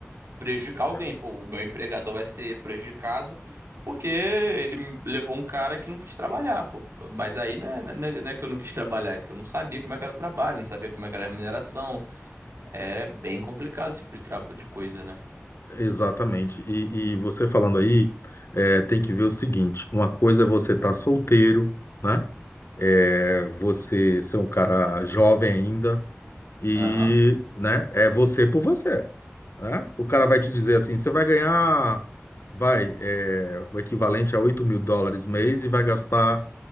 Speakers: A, on the right (about 65°); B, on the left (about 60°).
A: prejudicar
B: É.
A: alguém. Pô, o meu empregador vai ser prejudicado porque ele levou um cara que não quis trabalhar, pô. Mas aí não é, não é- não é que eu não quis trabalhar, é que eu não sabia como é que era o trabalho, não sabia como é que era a remuneração. É bem complicado esse tipo de, tra- de coisa, né?
B: Exatamente. E, e você falando aí, é, tem que ver o seguinte: uma coisa é você estar solteiro, né? É, você ser um cara jovem ainda, e,
A: Aham,
B: né, é você por você, né? O cara vai te dizer assim: você vai ganhar, vai, é, o equivalente a oito mil dólares mês e vai gastar